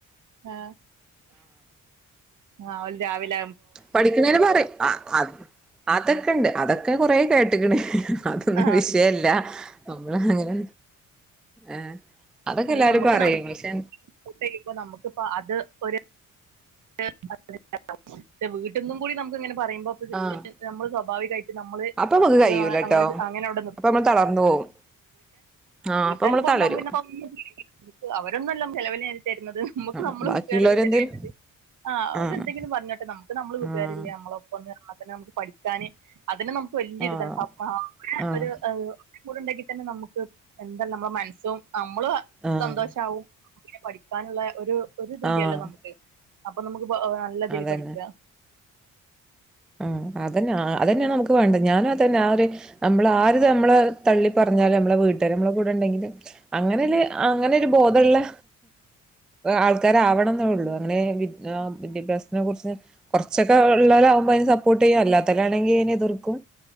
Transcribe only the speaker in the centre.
പഠിക്ക്ണേന് പറിം ആ അത് ആതൊ ക്കെ ഉണ്ട് അതൊക്കെ ഞാൻ കുറേ കേട്ട് ക്ക് ണ് അതൊന്നും
വിഷയേല്ല നമ്മള് അങ്ങനെ ഏഹ് അതൊക്കെ
എല്ലാരും
പറയും
പക്ഷെ
ആഹ്
അപ്പൊ നമുക്ക്
കഴിയൂലട്ടോ
അപ്പൊ നമ്മള് തളർന്നു പോവും ആഹ്
അപ്പൊ നമ്മള്
തളരും
ആഹ്
ബാക്കിയുള്ളവരെന്തേലും
ആഹ്
ആഹ്
ആഹ്
ആഹ്
ആഹ്
ആഹ്
അതന്നെ
ആ അതെന്നെ അതെന്നെ നമുക്ക് വേണ്ടത് ഞാനും അതെന്നെ ആ ഒര് നമ്മള് ആര്ത് നമ്മള് തള്ളി പറഞ്ഞാലും നമ്മളെ വീട്ടാര് നമ്മളെ കൂടെണ്ടെങ്കില് അങ്ങനെല് അങ്ങനെ ഒരു ബോധള്ളെ ആൾക്കാരാവണന്നെ ഉള്ളൂ അങ്ങനെ വി ഏഹ് വിദ്യാഭ്യാസത്തിനെ കുറിച്ച് കൊർച്ചൊക്കെ ഒള്ളവരാവുമ്പേ വോട്ടെയ്യും അല്ലാത്തലാണെങ്കി അതിന് എതിർക്കും,